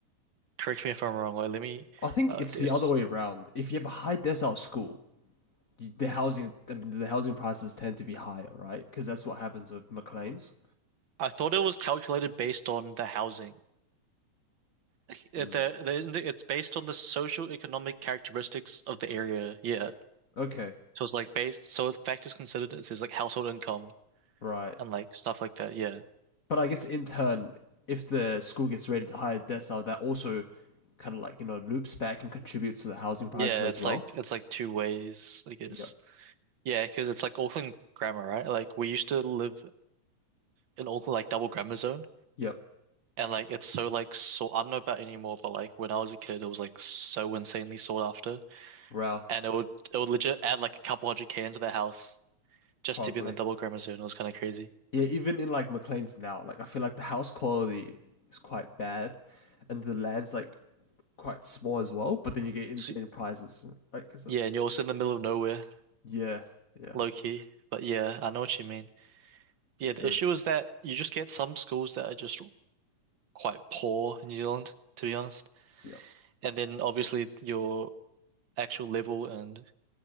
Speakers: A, on the right; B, on the left.
A: Correct me if I'm wrong, or let me
B: I think
A: uh
B: it's
A: this.
B: the other way around. If you have a high decile school, you, the housing I mean, the housing prices tend to be higher, right? Because that's what happens with Maclean's.
A: I thought it was calculated based on the housing. Like, Uh,
B: Mm,
A: The, the, it's based on the social economic characteristics of the area. Yeah.
B: okay,
A: So it's like based, so effect is considered is his like household income
B: right.
A: and like stuff like that. Yeah.
B: But I guess in turn, if the school gets rated higher decile, that also kind of like, you know, loops back and contributes to the housing prices
A: Yeah,
B: as
A: it's
B: well.
A: like it's like two ways, I guess.
B: Yep.
A: Yeah, because it's like Auckland grammar, right? Like we used to live in Auckland like double grammar zone
B: Yep.
A: and like it's so like so I don't know about anymore, but like when I was a kid it was like so insanely sought after.
B: Wow.
A: And it would it would legit add like a couple hundred K into the house just
B: Probably.
A: to be in the double grammar zone. It was kind of crazy.
B: Yeah, even in like McLean's now, like I feel like the house quality is quite bad, and the land's like quite small as well. But then you get insane
A: So
B: prices, right? Because of
A: yeah, and you're also in the middle of nowhere,
B: yeah, yeah,
A: low key. But yeah, I know what you mean. Yeah, the
B: true,
A: issue is that you just get some schools that are just quite poor in New Zealand, to be honest.
B: yep,
A: And then obviously your actual level and